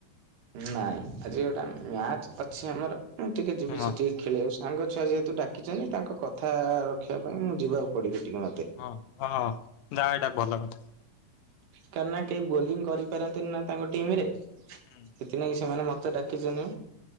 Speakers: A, on the right; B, on the left.
A: ନାଇଁ ଆଜି ଗୋଟା ମ୍ୟାଚ ଅଛି ଆମର ମୁଁ ଟିକେ ଯିବି
B: ହଁ
A: ସେଠିକେ। ଖେଳିବାକୁ ସାଙ୍ଗ ଛୁଆ ଯେହେତୁ ଡାକିଛନ୍ତି ତାଙ୍କ କଥା ରଖିବା ପାଇଁ ମୁଁ ଯିବାକୁ ପଡିବି ଟିକେ ମତେ।
B: ହଁ ହଁ ଯା ଏଇଟା ଭଲ କଥା।
A: କାର ନା କେହି ବୋଲିଂ କରିପାରନ୍ତିନି ନା ତାଙ୍କ ଟିମ ରେ ସେଥିିନାଇି
B: ହୁଁ
A: ସେମାନେ ମତେ ଡାକିଛନ୍ତି।